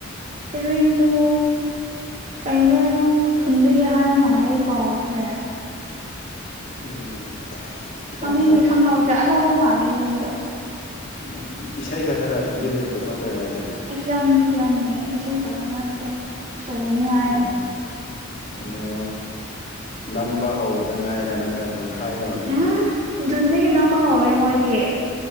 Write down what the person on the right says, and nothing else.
ꯍꯦꯔꯣꯏꯟꯗꯨ ꯀꯩꯅꯣ ꯈꯨꯟꯗꯒꯤ ꯍꯥꯏꯔ ꯃꯥꯜꯂꯦ ꯑꯩ ꯀꯥꯎꯈ꯭ꯔꯦ
ꯃꯃꯤꯡꯗꯤ ꯈꯪꯍꯧꯗ꯭ꯔꯦ ꯑꯅꯧꯕ ꯃꯥꯜꯂꯦ ꯍ‌ꯦꯔ‌ꯣꯏꯟꯗꯣ
ꯏꯁ ꯐꯤꯂꯝꯅꯤ ꯐꯤꯂꯝꯅꯤ ꯏꯁꯩꯥ ꯈꯛꯇ ꯅꯠꯗꯦ ꯐꯂꯝꯅꯤ ꯍꯥꯏꯌ‌ꯦ
ꯎꯝ ꯖꯨꯟꯗꯒꯤ ꯅꯝꯕ ꯍꯧꯔꯦ ꯃꯣꯏꯗꯤ